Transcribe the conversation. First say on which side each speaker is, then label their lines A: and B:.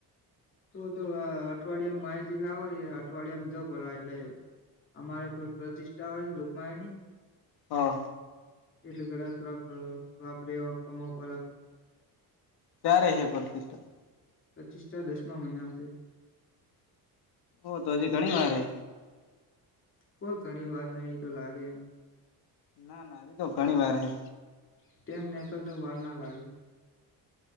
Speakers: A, on the left; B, on the left.
A: તો તો અઠવાડિયામાં માઇજી લાવો અઠવાડિયામાં જાવ પેલા એટલે અમારે પ્રતિષ્ઠા હોય છે દુગમાય ની
B: હા
A: એટલે ઘડા થોડાક વાપરે એ કમા ઉપર આધાર
B: ક્યારે હે પ્રતિષ્ઠા
A: પ્રચીષ્ઠા દસમા મહિનામાં છે
B: ઓ તો હજી ઘણી વાર હે
A: કોઈ ઘણી વાર નહી તો લાગે એમ
B: ના ના હજી તો ઘણી વાર હે
A: ટેમ નીકલતો વાર ના લાગે.